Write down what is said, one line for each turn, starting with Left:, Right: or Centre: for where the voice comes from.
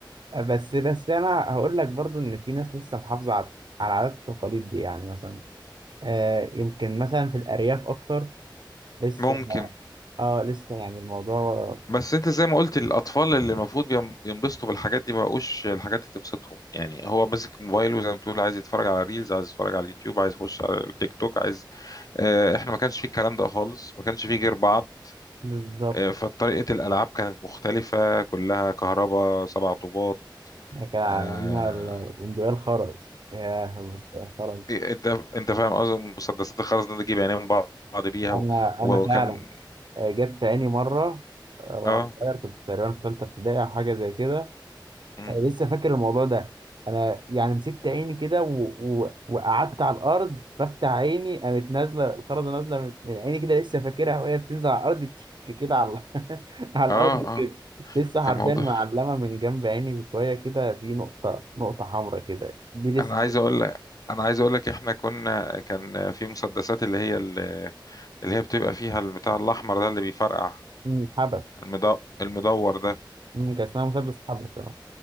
Right: بس بس انا هقول لك برضو ان في ناس لسه محافظه على على العادات والتقاليد دي يعني مثلا آه يمكن مثلا في الارياف اكتر لسه
Left: ممكن
Right: اه لسه يعني الموضوع
Left: بس انت زي ما قلت الاطفال اللي المفروض بيم- ينبسطوا بالحاجات دي ما بقوش الحاجات اللي تبسطهم يعني هو ماسك موبايله زي ما بتقول عايز يتفرج على ريلز عايز يتفرج على اليوتيوب عايز يخش على التيك توك عايز اه احنا ما كانش فيه الكلام ده خالص ما كانش فيه غير بعض
Right: بالظبط
Left: اه فطريقه الالعاب كانت مختلفه كلها كهرباء سبع طوبات
Right: كان عندنا
Left: آه،
Right: ال- البندقية الخرز ياه البندقية الخرز
Left: إيه، انت انت فاهم قصدي مسدسات الخرز دي تجيب عينين بعض بيها
Right: انا
Left: و... وكان
Right: انا فعلا آه، جت في عيني مرة آه، وأنا
Left: اه
Right: صغير كنت تقريبا في تالتة ابتدائي أو حاجة زي كده
Left: مم.
Right: آه، لسه فاكر الموضوع ده أنا يعني مسكت عيني كده و... و... وقعدت على الأرض بفتح عيني قامت نازلة الخرزة نازلة من... من عيني كده لسه فاكرها وهي بتنزل على الأرض تك كده على <laughs> على
Left: اه
Right: الأرض
Left: اه
Right: كده لسه
Left: كان
Right: حرفيا
Left: موضوع
Right: معلمة من جنب عيني بشوية كده في نقطة نقطة حمراء كده دي لسه
Left: انا عايز اقول لك انا عايز اقول لك احنا كنا كان في مسدسات اللي هي ال- اللي هي بتبقى فيها البتاع الاحمر ده اللي بيفرقع
Right: مم، حبش
Left: المدو... المدور ده
Right: مم، كان اسمها مسدس حبش آه.